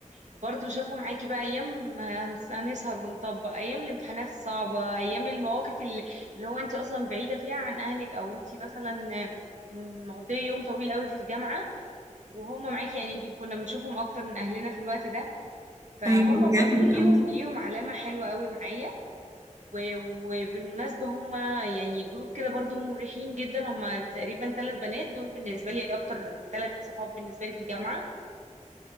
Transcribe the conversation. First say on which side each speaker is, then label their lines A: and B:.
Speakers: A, on the right; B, on the right.
A: برضو شافوا معاكي بقى ايام هنس- هنسهر ونطبق ايام الامتحانات الصعبه ايام المواقف ال- اللي هو انت اصلا بعيده فيها عن اهلك او انت مثلا مقضيه يوم طويل قوي في الجامعه وهم معاكي يعني يمكن كنا بنشوفهم اكتر من اهلنا في الوقت ده فهم
B: أيوه بجد
A: برضو ليهم
B: اه
A: ليهم علامه حلوه قوي معايا و- وبالمناسبة هما يعني جروب كده برضو مريحين جدا هما تقريبا ثلاث بنات دول بالنسبة لي أكتر ثلاث صحاب بالنسبة لي في الجامعة